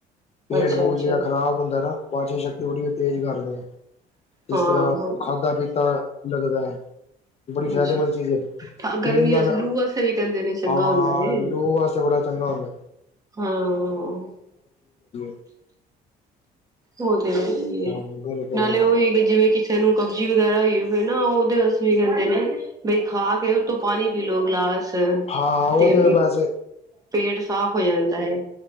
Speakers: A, on the left; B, on the right.
A: ਪੇਟ
B: ਅੱਛਾ-ਅੱਛਾ,
A: ਪੂਟ ਜਿਹੜਾ ਖ਼ਰਾਬ ਹੁੰਦਾ ਨਾ ਪਾਚਨ ਸ਼ਕ ਬੜੀ ਤੇਜ਼ ਕਰ ਰਹੇ ਹੈ
B: ਹਾਂ-ਹਾਂ,
A: ਇਸਿਸ ਤਰ੍ਹਾਂ ਖਾਧਾ ਪੀਤਾ ਲੱਗਦਾ ਹੈ। ਬੜੀ ਫਾਇਦੇਮੰਦ
B: ਅੱਛਾ।
A: ਚੀਜ਼ ਹੈ
B: ਠ
A: ਪੀਣ
B: ਗਰਮੀ
A: ਨਾਲ
B: ਵਾਸਤੇ ਲੂ ਵਾਸਤੇ ਵੀ ਕਹਿੰਦੇ ਨੇ ਚੰਗਾ
A: ਹਾਂ
B: ਹੁੰਦਾ ਏ।
A: ਲੋ ਵਾਸਤੇ ਬੜਾ ਚੰਗਾ ਹੁੰ <inaudible>
B: ਹਾਂ,
A: <unintelligible> <inaudible>
B: ਉਹ ਤੇਏ
A: ਬਿਲਕੁਲ
B: ਨਾਲੇ
A: ਬਿਲਕੁਲ
B: ਉਹ ਵੀ ਜਿਵੇਂ ਕਿਸੇ ਨੂੰ ਕਬਜੀ ਵਗੈਰਾ ਹੋਈਵੇ ਨਾ ਉਹਦੇ ਵਾਸਤੇ ਵੀ ਕਹਿੰਦੇ ਨੇ ਬਈ ਖਾ ਕੇ ਉਹਤੋਂ ਪਾਣੀ ਪੀ ਲੋਓ ਗਿਲਾਸ
A: ਹਾਂ ਉਹ
B: ਤੇ
A: ਵੈਸੇ
B: ਪੇਟ ਸਾਫ਼ ਹੋ ਜਾਂਦਾ ਹੈ